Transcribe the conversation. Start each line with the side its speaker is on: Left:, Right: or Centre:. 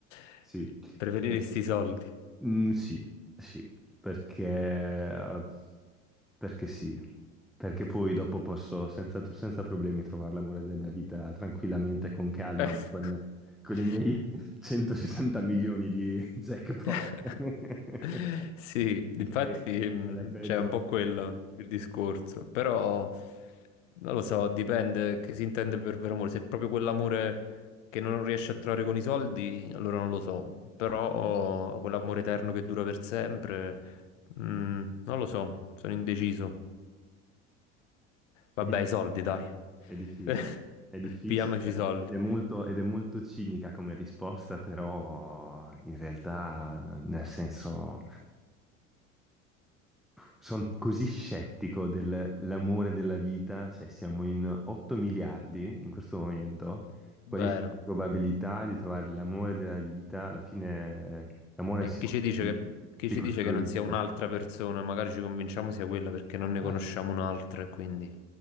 Left: <laughs>
Centre: sì.
Left: preferiresti
Centre: Per-
Left: i soldi.
Centre: Mm, sì, sì, perché, eh, perché sì, perché poi dopo posso senza, senza problemi trovare l'amore della mia vita tranquillamente, con calma,
Left: <laughs>
Centre: ma con, con
Left: Eh.
Centre: i miei <laughs> 160 milioni di jackpot.
Left: <laughs>
Centre: <laughs>
Left: Sì, infatti
Centre: E
Left: mh,
Centre: alla peggio.
Left: c'è un po' quello il discorso, però non lo so, dipende che si intende per vero amore. Se è proprio quell'amore che non riesci a trovare con i soldi, allora non lo so, però quell'amore eterno che dura per sempre, mh, non lo so, sono indeciso.
Centre: È
Left: Vabbè,
Centre: difficile,
Left: i soldi, dai.
Centre: è difficile,
Left: <laughs>
Centre: è difficile
Left: Pigliamoci i soldi.
Centre: ed è molto, ed è molto cinica come risposta, però in realtà, nel senso, sono così scettico dell'amore della vita, se siamo in 8 miliardi in questo momento, quali
Left: Vero.
Centre: sono le probabilità di trovare l'amore della vita? Alla fine eh, l'amore
Left: E
Centre: si
Left: chi
Centre: costru-
Left: ci dice che, chi
Centre: si
Left: ci
Centre: costruisce.
Left: dice che non sia un'altra persona? Magari ci convinciamo sia quella perché non ne
Centre: Esatto.
Left: conosciamo un'altra. e Quindi